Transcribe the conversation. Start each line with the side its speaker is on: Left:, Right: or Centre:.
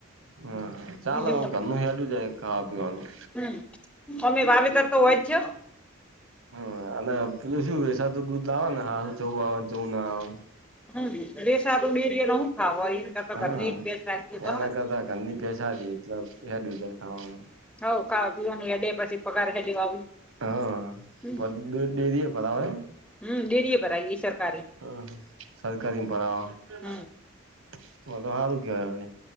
Right: હા ચાલ
Centre: બીજું
Right: ઘરનું હેડુ જાય ખાવા પીવાનું.
Centre: હમ અમે વાવેતર તો હોય છે.
Right: હ અને પેલું શું વેસાતું દૂધ લાવે ને હારું ચવું આવેને ચવું ના આવે.
Centre: હમ વેસાતું ડેરી ય હું ખાવય ઘર
Right: હા
Centre: એક ભેંસ રાખી એ તો
Right: એના
Centre: હારુ.
Right: ઘરની ભેસ હારી એટલે હેડયું જાય ખાવાનું.
Centre: હઉ ખાવા પીવાની હેડે પછી પગાર હેડે આવ.
Right: હા
Centre: હ
Right: ડેરી એ ભરાવો એમ
Centre: હમ ડેરીએ ભરાઇ એ સરકારી.
Right: હ સરકારી મા ભરાવાનું
Centre: હમ
Right: તો તો હારુ કહેવાય અમને